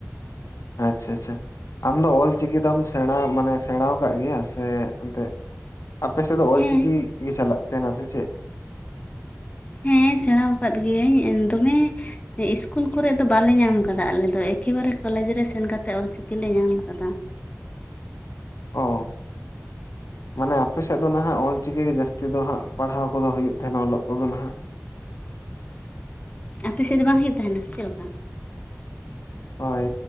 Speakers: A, on the left; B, on the left.
A: ᱟᱪᱪᱷᱟ ᱟᱪᱪᱷᱟ, ᱟᱢ ᱫᱚ ᱚᱞ ᱪᱤᱠᱤ ᱫᱚᱢ ᱥᱮᱬᱟ ᱢᱟᱱᱮ ᱥᱮᱬᱟᱣᱟᱠᱟᱜ ᱜᱮᱭᱟ ᱥᱮ ᱮᱱᱛᱮᱫ ᱟᱯᱮ ᱥᱮᱫ ᱫᱚ ᱚᱞᱪᱤᱠᱤ
B: ᱦᱮᱸ
A: ᱜᱮ ᱪᱟᱞᱟᱜ ᱛᱟᱦᱮᱱᱟ ᱥᱮ ᱪᱮᱫ?
B: ᱦᱮᱸ ᱥᱮᱬᱟᱟᱣᱠᱟᱫ ᱜᱤᱭᱟᱹᱧ ᱮᱱ ᱫᱚᱢᱮ ᱦᱮᱸ, ᱤᱥᱠᱩᱞ ᱠᱚᱨᱮ ᱫᱚ ᱵᱟᱞᱮ ᱧᱟᱢ ᱠᱟᱫᱟ ᱟᱞᱮ ᱫᱚ ᱮᱠᱮᱵᱟᱨᱮ ᱠᱚᱞᱮᱡᱽ ᱨᱮ ᱥᱮᱱ ᱠᱟᱛᱮ ᱚᱞ ᱪᱤᱠᱤ ᱞᱮ ᱧᱟᱢ ᱠᱟᱫᱟ᱾
A: ᱚ ᱢᱟᱱᱮ ᱟᱯᱮᱥᱮᱫ ᱫᱚ ᱱᱟᱦᱟᱜ ᱚᱞ ᱪᱤᱠᱤ ᱜᱮ ᱡᱟᱹᱥᱛᱤ ᱫᱚ ᱦᱟᱸᱜ ᱯᱟᱲᱦᱟᱣ ᱠᱚᱫᱚ ᱦᱩᱭᱩᱜ ᱛᱟᱦᱮᱱᱟ ᱚᱞᱚᱜ ᱠᱚᱫᱚ ᱱᱟᱦᱟᱜ᱾
B: ᱟᱯᱮ ᱥᱮᱫ ᱫᱚ ᱵᱟᱝ ᱦᱩᱭᱩᱜ ᱛᱟᱦᱮᱱᱟ ᱥᱮ ᱪᱮᱫ ᱞᱮᱠᱟ?
A: ᱦᱳᱭ